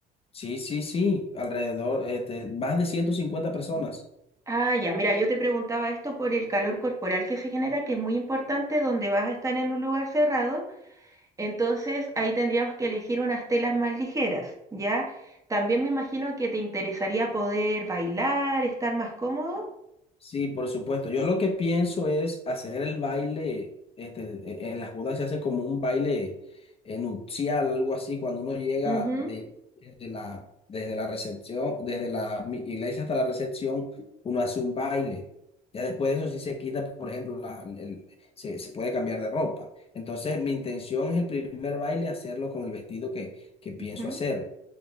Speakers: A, on the left; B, on the right.
A: Sí, sí, sí, alrededor, este, más de 150 personas.
B: Ah, ya, mira, yo te preguntaba esto por el calor corporal que se genera, que es muy importante donde vas a estar en un lugar cerrado. Entonces ahí tendríamos que elegir unas telas más ligeras, ¿ya? También me imagino que te interesaría poder bailar, estar más cómodo.
A: Sí, por supuesto. Yo lo que pienso es hacer el baile, este, e- en las bodas se hace como un baile eh, nupcial, algo así, cuando uno llega
B: Ujú,
A: de, desde la, desde la recepción, desde la mi- iglesia hasta la recepción, uno hace un baile. Ya después de eso sí se quita, por ejemplo, la- el- se, se puede cambiar de ropa. Entonces, mi intención es el primer baile hacerlo con el vestido que, que pienso
B: ujú.
A: hacer.